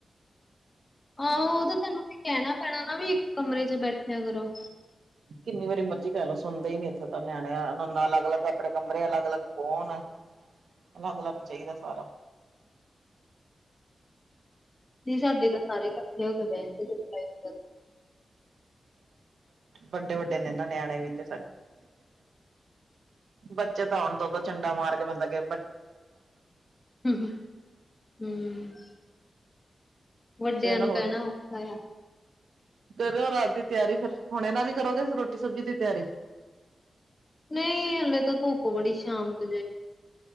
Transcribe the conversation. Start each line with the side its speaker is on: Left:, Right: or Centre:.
Left: ਆ ਉਹਦੇ ਤੈਨੂੰ ਕੀ ਕਹਿਣਾ ਪੈਣਾ ਨਾ ਵੀ ਕਮਰੇ ਚ ਬੈਠਿਆ ਕਰੋ
Right: ਕਿੰਨੀ ਵਾਰੀ ਮਰਜੀ ਕਰ ਲਓ ਸੁਣਦੇ ਹੀ ਨਹੀਂ ਇੱਥੋਂ ਤਾਂ ਨਿਆਣੇ ਨਾਲ ਅਲੱਗ ਅਲੱਗ ਆਪਣੇ ਕਮਰੇ ਅਲੱਗ ਅਲੱਗ ਫੋਨ ਅਲੱਗ ਅਲੱਗ ਚਾਹੀਦਾ ਸਾਰਾ
Left: ਸਾਡੀ ਤਾਂ ਸਾਰੇ ਇਕੱਠੇ ਹੋ ਕੇ ਬੇਨਤੀ
Right: ਵੱਡੇ ਵੱਡੇ ਨੇ ਇਹਨਾਂ ਨਿਆਣੇ ਵੀ ਤੇ ਬੱਚੇ ਤਾਂ ਆਉਣ ਤੋਂ ਤਾਂ ਝੰਡਾ ਮਾਰ ਕੇ ਬੰਦਾ ਕਹੇ
Left: ਹਮ ਹਮ ਵੱਡਿਆਂ
Right: ਚਲੋ
Left: ਨੂੰ
Right: ਹੋਰ
Left: ਕਹਿਣਾ ਔਖਾ
Right: ਕਰਿਓ ਰਾਤ ਦੀ ਤਿਆਰੀ ਫਿਰ ਹੁਣ ਇਹਨਾਂ ਨਹੀਂ ਕਰੋਗੇ ਰੋਟੀ ਸਬਜੀ ਦੀ ਤਿਆਰੀ
Left: ਨਹੀਂ ਹਲੇ ਤਾਂ ਧੁੱਪ ਬੜੀ ਸ਼ਾਂਤ